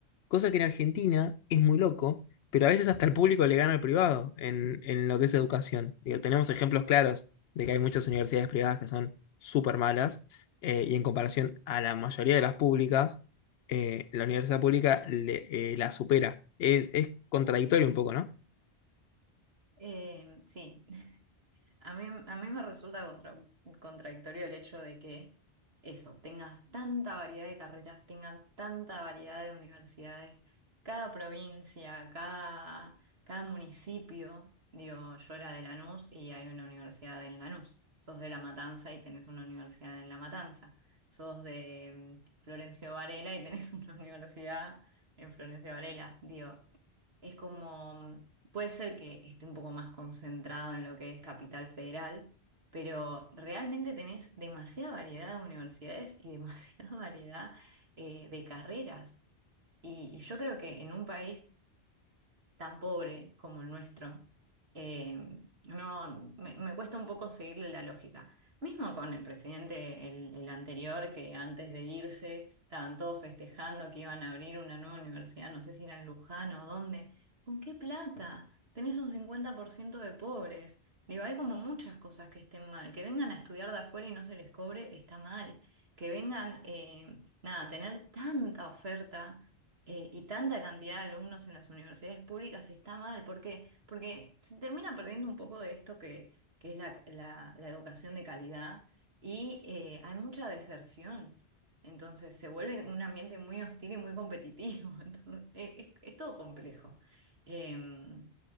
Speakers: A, on the left (about 75°); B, on the right (about 65°).
A: Cosa que en Argentina es muy loco, pero a veces hasta el público le gana al privado en, en lo que es educación. Digo, tenemos ejemplos claros de que hay muchas universidades privadas que son súper malas eh, y en comparación a la mayoría de las públicas, eh, la universidad pública le- eh, la supera. Es, es contradictorio un poco, ¿no?
B: Eh, sí. A mí, a mí me resulta contra- contradictorio el hecho de que eso, tengas tanta variedad de carreras, tengas tanta variedad de universidades, cada provincia, cada, cada municipio. Digo, yo era de Lanús y hay una universidad en Lanús. Sos de La Matanza y tenés una universidad en La Matanza. Sos de mm, Florencio Varela y tenés <laughs> una universidad en Florencio Varela. Digo, es como, puede ser que esté un poco más concentrado en lo que es Capital Federal, pero realmente tenés demasiada variedad de universidades y demasiada <laughs> variedad eh, de carreras. Y, y yo creo que en un país tan pobre como el nuestro, eh, no, me, me cuesta un poco seguirle la lógica. Mismo con el presidente, el, el anterior, que antes de irse estaban todos festejando que iban a abrir una nueva universidad, no sé si era en Luján o dónde. ¿Con qué plata? Tenés un 50% de pobres. Digo, hay como muchas cosas que estén mal. Que vengan a estudiar de afuera y no se les cobre, está mal. Que vengan, eh, nada, a tener tanta oferta eh, y tanta cantidad de alumnos en las universidades públicas está mal. ¿Por qué? Porque se termina perdiendo un poco de esto que, que es la, la- la educación de calidad y eh, hay mucha deserción. Entonces se vuelve un ambiente muy hostil y muy competitivo. <laughs> Entonces, es, es- es todo complejo. Em,